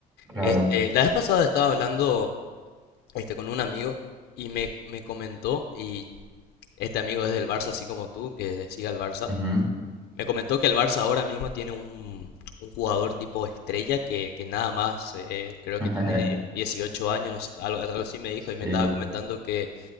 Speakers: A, on the right; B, on the left.
A: Claro.
B: Este, la vez pasada estaba hablando este, con un amigo y me, me comentó, y este amigo es del Barça, así como tú, que sigue al Barça,
A: Ujú.
B: me comentó que el Barça ahora mismo tiene un, un jugador tipo estrella que, que nada más, eh, creo
A: <laughs>
B: que tiene die- 18 años, no sé, algo, algo así me dijo, y me
A: Sí.
B: estaba comentando que,